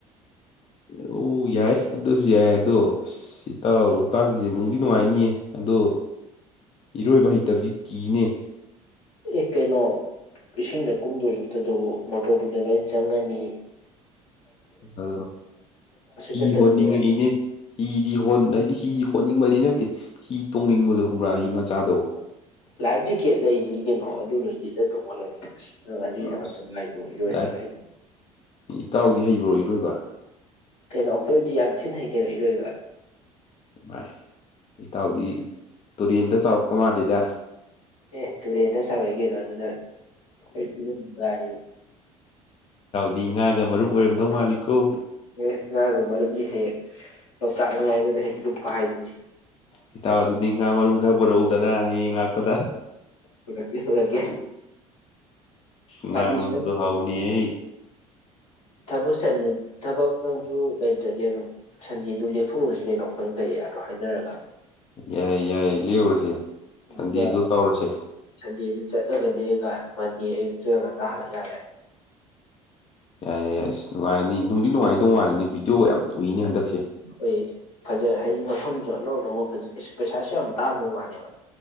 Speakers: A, on the left; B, on the left.
A: ꯑꯣ ꯌꯥꯏ ꯑꯗꯨꯁꯨ ꯌꯥꯏ ꯑꯗꯣ ꯑꯁ ꯏꯇꯥꯎ ꯂꯣꯛꯇꯥꯛꯀꯤꯁꯦ ꯅꯨꯡꯗꯤ ꯅꯨꯡꯉꯥꯏꯅꯤꯌꯦ ꯑꯗꯣ ꯏꯔꯣꯏꯕ ꯍꯩꯇꯕꯗꯤ ꯆꯤꯅꯦ
B: ꯑꯦ ꯀꯩꯅꯣ ꯏꯁꯤꯡꯗ ꯀꯨꯝꯗꯣꯏ ꯆꯛꯇꯗꯕꯨ ꯃꯣꯇꯣꯔꯕꯨꯗ ꯂꯣꯏ ꯆꯪꯒꯅꯤ
A: ꯑ ꯍꯤ
B: ꯆꯠꯇ
A: ꯍꯣꯟꯅꯤꯡꯉꯩꯅꯦ
B: ꯀꯨꯏꯔꯦ
A: ꯍꯤꯗꯤ ꯍꯣꯟ ꯍꯥꯏꯗꯤ ꯍꯤ ꯍꯣꯠꯅꯤꯡꯕꯗꯤ ꯅꯠꯇꯦ ꯍꯤ ꯇꯣꯡꯅꯤꯡꯕꯗꯣ ꯈꯪꯕ꯭ꯔꯥ ꯍꯤ ꯃꯆꯥꯗꯣ
B: ꯂꯥꯜꯖꯤ ꯀꯦ ꯂꯩ ꯀꯩꯅꯣ ꯑꯗꯨꯗꯗꯤ ꯇꯧꯉꯜꯂꯒꯦꯁ ꯑꯪ ꯑꯗꯨꯏꯗ
A: ꯑꯁ
B: ꯊꯥꯏꯗꯨ ꯏꯣꯏ
A: ꯂꯥꯏꯐ
B: ꯍꯩ ꯍꯩ
A: ꯏꯇꯥꯎꯗꯤ ꯍꯩꯕ꯭ꯔꯣ ꯏꯔꯣꯏꯕ
B: ꯀꯩꯅꯣ ꯑꯩꯈꯣꯏꯗꯤ ꯌꯥꯝ ꯊꯤꯅ ꯍꯩ ꯀꯩꯅꯣ ꯏꯔꯣꯏꯕ
A: ꯏꯥꯏ ꯏꯇꯥꯎꯗꯤ ꯇꯨꯔꯦꯟꯗ ꯆꯥꯎꯔꯛꯄ ꯃꯥꯜꯂꯤꯗ
B: ꯑꯦ ꯇꯨꯔꯦꯟꯗ ꯆꯥꯎꯥꯎꯔꯛꯏ ꯀꯅꯣ ꯑꯗꯨꯅ ꯑꯩꯩꯇꯁꯨ ꯃꯗ ꯍꯥꯏ
A: ꯗꯤ ꯉꯥꯒ ꯃꯔꯨꯞ ꯑꯣꯏꯔꯝꯗꯧ ꯃꯥꯜꯂꯤꯀꯣ
B: ꯑꯦ ꯒ ꯃꯔꯗꯨꯅꯤ ꯍꯦ ꯔ ꯆ ꯌꯥ ꯄꯍꯅꯤ
A: ꯍꯤꯇꯥꯎ ꯑꯗꯨꯗꯤ ꯉꯥ ꯃꯔꯨꯝ ꯈꯔ ꯄꯨꯔꯛꯧꯗꯅ ꯍꯌꯦꯡ ꯂꯥꯛꯄꯗ
B: ꯄꯨꯔꯛꯀꯦ ꯄꯨꯔꯛꯀꯦ
A: ꯉꯥꯏꯃꯔꯗ
B: ꯐꯥꯒꯤꯁꯨ
A: ꯍꯕꯅꯤ ꯑꯩ
B: ꯊꯕ ꯆ ꯊꯕꯛ ꯅꯪꯁꯨ ꯂꯩꯇ꯭ꯔꯗꯤ ꯑꯗꯨꯝ ꯁꯟꯗꯦꯗꯨ ꯂꯦꯛꯊꯣꯛꯎꯔꯨꯁꯤ ꯀꯩꯅꯣ ꯑꯩꯈꯣꯏ ꯃꯈꯩ ꯑꯗꯣ ꯍꯥꯏꯅꯔꯒ꯫
A: ꯌꯥꯏ - ꯌꯥꯏ ꯂꯦꯛꯎꯔꯁꯤ꯫
B: ꯑꯗꯨꯒ
A: ꯁꯟꯗꯤꯗꯨ ꯇꯧꯔꯁꯦ
B: ꯁꯟꯗꯦꯗꯨ ꯆꯠꯂꯒ ꯂꯦꯛꯒ ꯃꯟꯗꯦ ꯑꯌꯨꯛꯇ ꯉꯟꯇꯥ ꯍꯜꯂꯛ ꯌꯥꯔꯦ꯫
A: ꯌꯥꯏꯌꯦ ꯌꯥꯏ ꯑꯁ ꯅꯨꯡꯉꯥꯏꯅꯤ ꯅꯨꯡꯗꯤ ꯅꯨꯡꯉꯥꯏꯗꯧ ꯃꯥꯜꯂꯤꯅꯤ ꯚꯗꯤꯑꯣꯒ ꯌꯥꯝ ꯎꯏꯅꯤ ꯍꯟꯗꯛ
B: ꯍꯣꯏ ꯐꯖ ꯍꯥꯏ ꯐꯝꯁꯨ ꯑꯅꯧ ꯑꯅꯧꯕ ꯐꯖꯩ ꯄꯩꯁꯥꯁꯨ ꯌꯥꯝ ꯇꯥꯡꯗꯕ ꯃꯥꯜꯂꯦꯕ